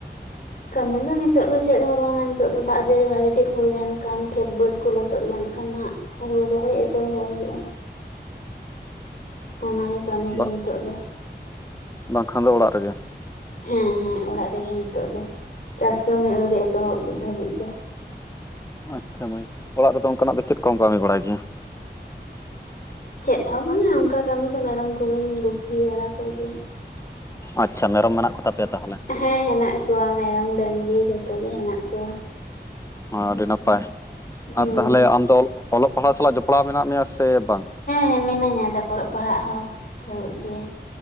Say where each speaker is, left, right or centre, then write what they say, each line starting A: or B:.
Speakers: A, on the left; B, on the left.
A: ᱠᱟᱹᱢᱤ ᱫᱚ ᱱᱤᱛᱚᱜ ᱫᱚ ᱪᱮᱫ ᱦᱚᱸ ᱵᱟᱝᱼᱟ ᱱᱤᱛᱚᱜ ᱫᱚ ᱫᱟᱜ ᱡᱟᱹᱲᱤ ᱵᱷᱟᱜᱮ ᱴᱷᱤᱠ ᱦᱩᱭ ᱞᱮᱱᱠᱷᱟᱱ ᱠᱷᱮᱛ ᱵᱟᱹᱫᱽ ᱠᱚ ᱞᱚᱥᱚᱫ ᱞᱮᱱᱠᱷᱟᱱ ᱦᱟᱸᱜ ᱦᱩᱲᱩ ᱨᱚᱦᱚᱭ ᱮᱛᱚᱦᱚᱵᱚᱜ ᱦᱩᱭᱩᱜᱼᱟ᱾ ᱚᱱᱟᱜᱮ ᱠᱟᱹᱢᱤ ᱫᱚ
B: ᱵᱟᱝ
A: ᱱᱤᱛᱚᱜ ᱫᱚ
B: ᱵᱟᱝᱠᱷᱟᱱ ᱫᱚ ᱚᱲᱟᱜ ᱨᱮᱜᱮ
A: ᱦᱮᱸᱻᱦᱮᱸᱻ ᱚᱲᱟᱜ ᱨᱮᱜᱮ ᱱᱤᱛᱚᱜ ᱫᱚ ᱪᱟᱥ ᱠᱟᱹᱢᱤ ᱟᱹᱣᱨᱤ ᱮᱛᱚᱦᱚᱵ ᱫᱷᱟᱹᱵᱤᱡ ᱫᱚ
B: ᱟᱪᱪᱷᱟ ᱢᱟᱹᱭ ᱚᱲᱟᱜ ᱨᱮᱫᱚ ᱚᱱᱠᱟᱱᱟᱜ ᱫᱚ ᱪᱮᱫ ᱠᱚᱢ ᱠᱟᱹᱢᱤ ᱵᱟᱲᱟᱭ ᱜᱮᱭᱟ
A: ᱪᱮᱫ ᱦᱚᱸ ᱵᱟᱝᱼᱟ ᱚᱱᱠᱟ ᱠᱟᱹᱢᱤ ᱫᱚ ᱢᱮᱨᱚᱢ ᱠᱚᱜᱮᱧ ᱜᱩᱯᱤ ᱵᱟᱲᱟ ᱠᱚ ᱜᱮᱭᱟ
B: ᱟᱪᱪᱷᱟ ᱢᱮᱨᱚᱢ ᱢᱮᱱᱟᱜ ᱠᱚᱛᱟ ᱯᱮᱭᱟ ᱛᱟᱦᱚᱞᱮ?
A: ᱦᱮᱸ ᱦᱮᱱᱟᱜ ᱠᱚᱣᱟ ᱢᱮᱨᱚᱢ ᱰᱟᱹᱝᱨᱤ ᱡᱷᱚᱛᱚ ᱜᱮ ᱦᱮᱱᱟᱜ ᱠᱚᱣᱟ᱾
B: ᱟᱹᱰᱤ ᱱᱟᱯᱟᱭ᱾
A: ᱦᱩᱸ᱾
B: ᱟᱨ ᱛᱟᱦᱚᱞᱮ ᱟᱢ ᱫᱚ ᱚᱞᱚᱜ ᱯᱟᱲᱦᱟᱜ ᱥᱟᱞᱟᱜ ᱡᱚᱯᱲᱟᱣ ᱢᱮᱱᱟᱜ ᱢᱮᱭᱟ ᱥᱮ ᱵᱟᱝ?
A: ᱦᱮᱸ ᱢᱤᱱᱟᱹᱧᱟ ᱫᱟ ᱚᱞᱚᱜ ᱯᱟᱲᱦᱟᱜ ᱦᱚᱸ ᱦᱩᱭᱩᱜ ᱜᱮᱭᱟ᱾